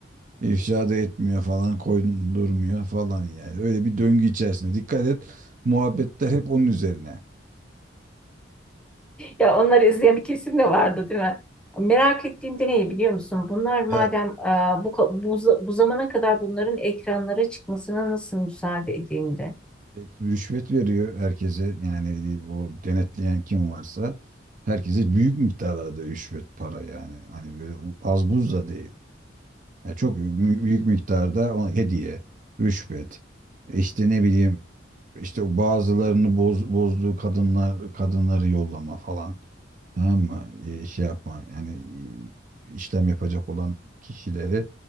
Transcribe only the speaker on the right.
İfşa da etmiyor falan koydurmuyor falan yani. Öyle bir döngü içerisinde. Dikkat et muhabbetler hep onun üzerine.
Ya
Evet, rüşvet veriyor herkese yani e, o denetleyen kim varsa herkese büyük miktarda rüşvet para yani. Hani böyle u- az buz da değil. Yani çok mü- büyük miktarda o hediye, rüşvet. İşte ne bileyim işte o bazılarını boz, bozduğu kadınlar kadınları yollama falan. Tamam mı? E, şey yapma. Hani e, işlem yapacak olan kişileri